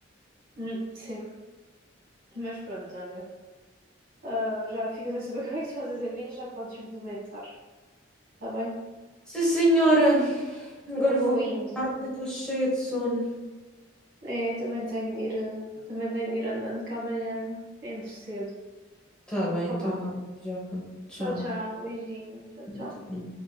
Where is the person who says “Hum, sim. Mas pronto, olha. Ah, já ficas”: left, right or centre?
Right